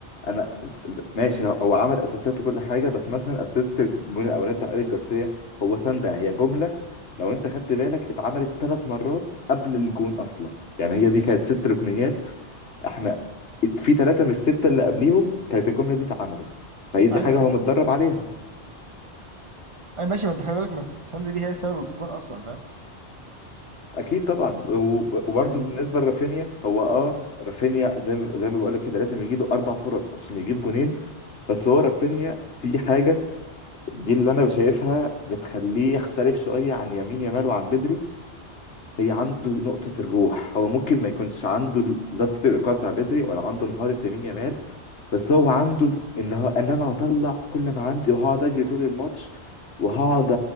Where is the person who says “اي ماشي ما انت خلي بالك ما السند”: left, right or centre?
Right